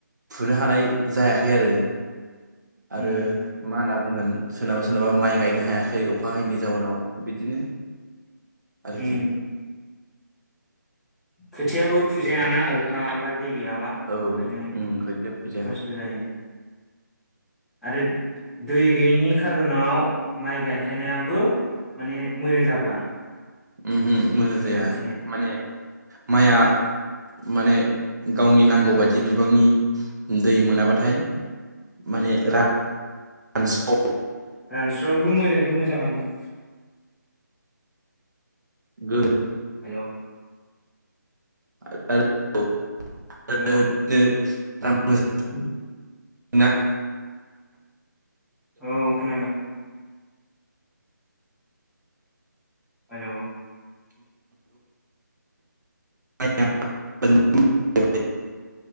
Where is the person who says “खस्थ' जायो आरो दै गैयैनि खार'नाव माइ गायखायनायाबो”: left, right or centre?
Centre